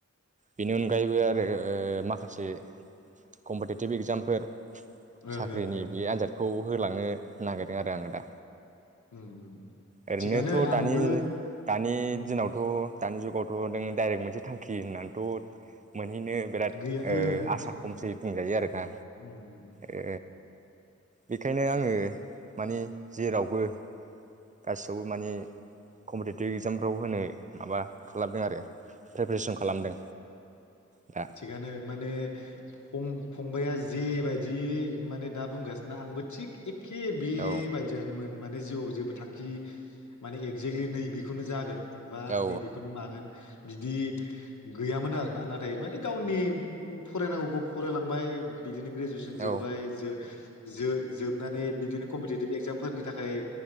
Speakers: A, on the right; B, on the left.
A: बेनि अनगायैबो आरो माखासे कम्पिटिटिभ एग्जामफोर
B: ओं
A: साख्रिनि
B: ओं
A: बे आनजाद खौ होलांनो नागिरदों आरो आङो दा।
B: ओं
A: ओरैनोथ'
B: थिगानो आंबो
A: दानि दानि
B: उम
A: दिनावथ' दानि जुगाव गुन नों डाइरेक्ट मोनसे थांखि होननानैथ' मोन मोनहैनो बिराद
B: गैया
A: ओ
B: ओं
A: आसा
B: उम
A: खमसै बुंजायो आरोना
B: उम उम
A: ओ बेखायनो आङो माने जेरावबो गासैयावबो माने कम्पिटेटिभ एग्जामफ्राव होनो माबा खालामदों आरो प्रिपेरेसन खालामदों दा
B: थिगानो माने फं फंबाया जे बायदि माने दा बुंगासिनो आंबो थिग एखे बे
A: औ
B: बायदियानोमोन माने जिउआव जेबो थांखि माने एगजेक्टलि नै बेखौनो जागोन बा
A: औ
B: नैबेखौनो मागोन बिदि गैयामोन आरोना नाथाय माने गावनि फरायनांगौखौ फरायलांबाय बिदिनो ग्रेजुवेटसन जोब्बाय
A: औ
B: जो जो-जोबनानै बिदिनो कम्पिटिटिभ एगजामफोरनि थाखाय